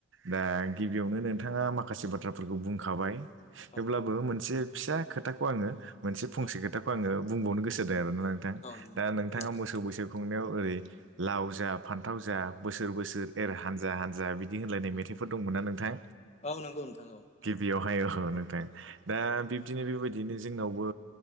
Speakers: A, on the right; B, on the left.
A: दा गिबियावनो नोंथाङा माखासे बाथ्राफोरखौ बुंखाबाय
B: औ
A: हेब्लाबो मोनसे फिसा खोथाखौ आङो मोनसे फंसे
B: औ
A: खोथाखौ आङो बुंबावनो गोसो जादों आरो नोंथां
B: औ नोंथां
A: दा नोंथाङा
B: बुंजागोन
A: मोसौ बैसागु खुंनायाव ओरै लाव जा फान्थाव जा बोसोर बोसोर एर हानजा हानजा हान्जा बिदि होनोलायनाय मेथाइफोर दंमोन ना नोंथां
B: औ नंगौ नोंथा औ
A: गिबियावहाय
B: औ
A: औ नोंथा दा बिब्दिनो बेबायदिनो जोंनावबो